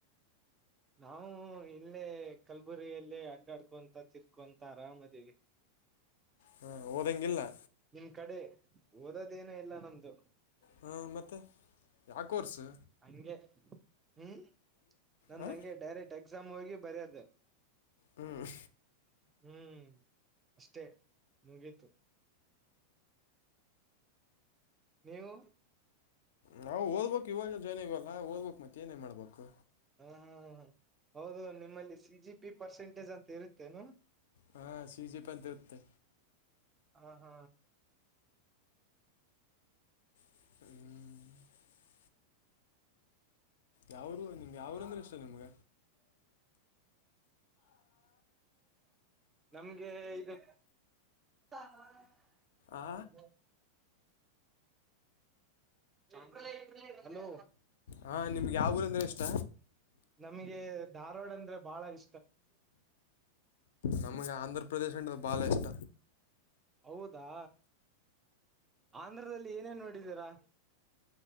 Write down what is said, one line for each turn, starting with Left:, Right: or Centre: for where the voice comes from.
Right: ನಾವು ಇಲ್ಲೇ ಕಲಬುರಗಿ ಯಲ್ಲಿ ಅಡ್ಡಾಡ್ಕೊಂತ ತಿರ್ಕೊಂತ ಆರಾಮ ಆದಿವಿ. <inaudible>
Left: ಹ್ಮ್ ಓದಂಗಿಲ್ಲ.
Right: ನಿಮ್ ಕಡೆ ಓದೋದೇನ ಇಲ್ಲ ನಮ್ದು.
Left: ಹಾ ಮತ್ತೆ ಯಾವ ಕೋರ್ಸು.
Right: ಹಂಗೆ ಹ್ಮ್ ನಮ್ದ
Left: ಹಾಂ
Right: ಹಂಗೆ ಡೈರೆಕ್ಟ್ ಎಕ್ಸಾಮ್ ಹೋಗಿ ಬರೆದ.
Left: ಹ್ಮ್.
Right: ಹ್ಮ್ ಅಷ್ಟೇ ಮುಗೀತು. ನೀವು.
Left: ನಾವ್ ಓದಬೇಕು ಇವಾಗ ಜಾಯಿನ್ ಅಗೆವ ಅಲ್ಲ ಓದಬೇಕಕ್ ಮತ್ತೆ ಏನೇ ಮಾಡ್ಬೇಕು.
Right: ಹ ಹಾ. ಹೌದು ನಿಮ್ಮಲ್ಲಿ ಸಿಜಿ ಪಿ ಪರ್ಸೆಂಟೇಜ್ ಅಂತ ಇರುತ್ತೇನು.
Left: ಹಾಂ ಸಿ ಜಿ ಪಿ ಅಂತ ಇರುತ್ತೆ
Right: ಹಾ ಹಾ.
Left: ಹ್ಮ್. ಯಾವರು ನಿಮ್ಗೆ ಯಾವರು
Right: ಹಾ
Left: ಅಂದ್ರೆ ಇಷ್ಟ ನಿಮ್ಗ.
Right: ನಮ್ಗೆ ಇದು. <unintelligible>
Left: ಆ
Right: ಇದ. <unintelligible> ಹಲೋ.
Left: ಹಾಂ ನಿಮ್ಗೆ ಯಾವ ಊರಂದ್ರೆ ಇಷ್ಟ
Right: ನಮಗೆ ಧಾರವಾಡ ಅಂದ್ರೆ ಬಹಳ ಇ.
Left: ನಮ್ಗೆ ಆಂಧ್ರ ಪ್ರ್ರದೇಶ ಅಂತದು ಬಾಳ ಇಷ್ಟ.
Right: ಹೌದಾ. ಆಂಧ್ರದಲ್ಲಿ ಏನೇನ್ ನೋಡಿದೀರಾ.